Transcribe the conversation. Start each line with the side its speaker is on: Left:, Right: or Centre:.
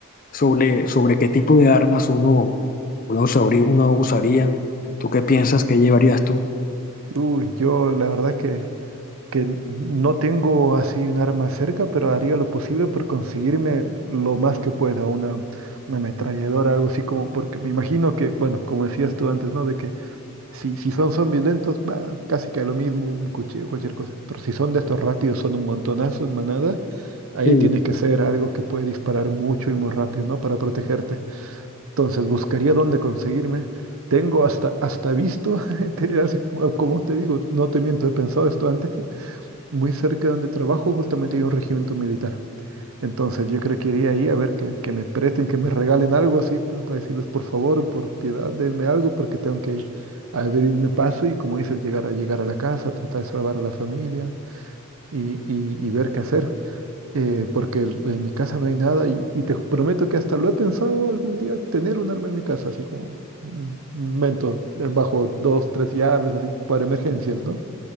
Left: sobre, sobre qué tipo de armas uno, uno usabrí- uno usaría. ¿Tú qué piensas que llevarías tú?
Right: Uy, yo la verdad que, que n- no tengo así un arma cerca, pero haría lo posible por conseguirme lo más que pueda, una, una ametralladora, algo así como, porque me imagino que, bueno, como decías tú antes, ¿no? De que si, si son zombies lentos, va, casi que lo mismo, un cuchillo, cualquier cosa. Pero si son de estos rápidos, son un montonazo en manada, ahí
Left: Sí.
Right: tiene que ser algo que puede disparar mucho y muy rápido, ¿no? Para protegerte. Entonces buscaría dónde conseguirme. Tengo hasta, hasta visto, <laughs> te- así como, como te digo, no te miento, he pensado esto antes. Muy cerca de donde trabajo justamente hay un regimiento militar. Entonces yo creo que iría ahí a ver que, que me presten, que me regalen algo así para, para decirles por favor, por piedad, denme algo porque tengo que abrirme paso y como dices, llegar a, llegar a la casa, tratar de salvar a la familia y, y, y ver qué hacer eh, porque el- en mi casa no hay nada y, y te prometo que hasta lo he pensado algún día tener un arma en mi casa, así como un un Mentos, eh, bajo dos, tres llaves, así para emergencias, ¿no?